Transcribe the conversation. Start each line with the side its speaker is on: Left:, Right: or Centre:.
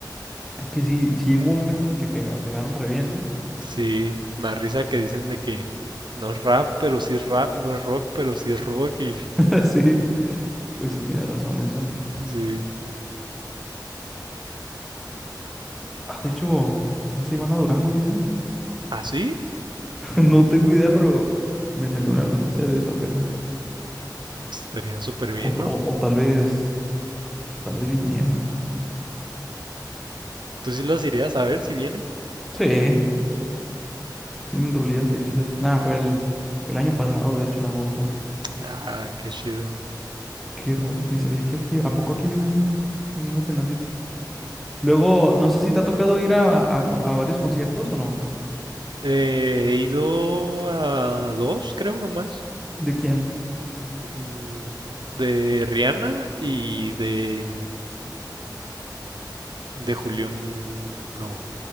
Centre: Es que sí, sí hubo un momento en el que pega- pegaron re bien, ¿no?
Right: sí, más risa que dicen de que no es rap, pero sí es rap, no es rock, pero sí es rock y
Centre: <laughs> Sí, pues sí tiene razón eso.
Right: sí.
Centre: Ah, de hecho, chance iban a Durango, dicen.
Right: ¿Así?
Centre: <laughs> No tengo idea, pero me salió una noticia de eso apenas.
Right: Estaría súper bien,
Centre: O, ta-
Right: ¿no?
Centre: o- o tal vez, o tal vez vinieron.
Right: ¿Tú sí los irías a ver si vienen?
Centre: Sí, sí tienen rolillas ahí chidas. Nada, fue el, fue el año pasado, de hecho, en agosto.
Right: Ah, qué chido.
Centre: Qué raro, ni sabía que aquí, ¿a poco aquí hay un, un escenario chido? Luego, no sé si te ha tocado ir a, a co- a varios conciertos o no.
Right: Eh, he ido a dos, creo nomás.
Centre: ¿De quién?
Right: Mm, De Rihanna y de, de Julián. No.